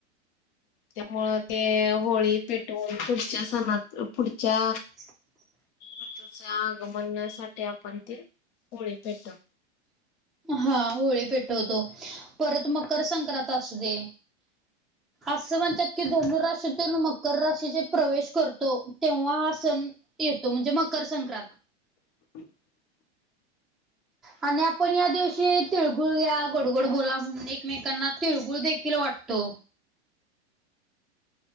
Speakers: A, on the left; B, in the centre.
A: त्यामुळ ते होळी पेटवून, पुढच्या सणात पुढच्या
B: <inaudible>
A: ऋतूचे आगमनासाठी, आपण ती होळी पेटवतो.
B: हा, होळी पेटवतो. परत मकर संक्रांत असू दे असं म्हणतात की, धनु राशीतून मकर राशीत प्रवेश करतो. तेव्हा हा सण येतो म्हणजे मकर संक्रांत.
A: <inaudible>
B: आणि आपण या दिवशी, तिळगुळ घ्या गोडगोड बोला म्हणून, एकमेकांना तिळगुळ देखील वाटतो.